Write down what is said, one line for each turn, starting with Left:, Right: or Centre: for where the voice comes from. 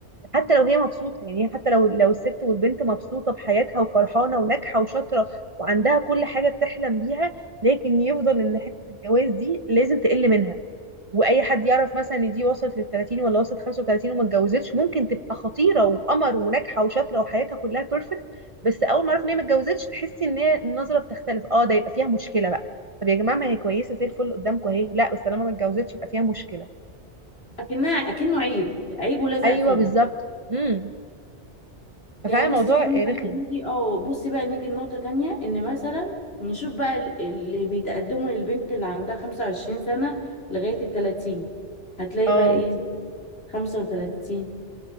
Right: حتى لو هي مبسوطة يعني حتى لو لو الست والبنت مبسوطة بحياتها وفرحانة وناجحة وشاطرة وعندها كل حاجة بتحلم بيها لكن يفضل ان حتة الجواز دي لازم تقل منها واي حد يعرف مثلا ان دي وصلت لل 30 ولا وصلت 35 وما اتجوزتش ممكن تبقى خطيرة وقمر وناجحة وشاطرة وحياتها كلها بيرفكت بس اول ما اعرف ان هي ما اتجوزتش تحسي ان هي النظرة بتختلف اه ده يبقى فيها مشكلة بقى طب يا جماعة ما هي كويسة زي الفل قدامكم اهي لا بس طالما ما اتجوزتش يبقى فيها مشكلة
Left: اكنها اكنه عيب عيب ولزق
Right: ايوه
Left: فيها
Right: بالظبط امم ففعلا
Left: يعني بص
Right: الموضوع
Left: كمان
Right: رخم
Left: بقى نيجي اه بصي بقى نيجي لنقطة تانية ان مثلا نشوف بقى ال- اللي بيتقدموا للبنت اللي عندها 25 سنة لغاية ال 30 هتلاقي
Right: اه
Left: بقى ايه 35